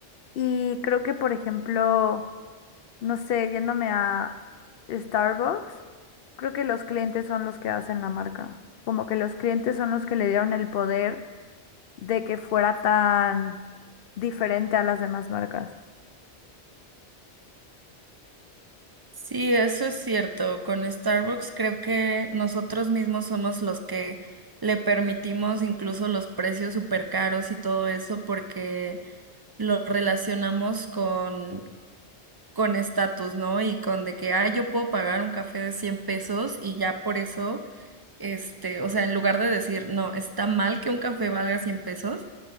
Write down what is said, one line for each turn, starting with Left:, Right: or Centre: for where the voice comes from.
Left: Y creo que, por ejemplo, no sé, yéndome a Starbucks, creo que los clientes son los que hacen la marca. Como que los clientes son los que le dieron el poder de que fuera tan diferente a las demás marcas.
Right: Sí, eso es cierto. Con Starbucks creo que nosotros mismos somos los que le permitimos incluso los precios súper caros y todo eso porque... lo relacionamos con con estatus, ¿no? Y con de que, ah, yo puedo pagar un café de 100 pesos y ya por eso, este, o sea, en lugar de decir, no, está mal que un café valga 100 pesos,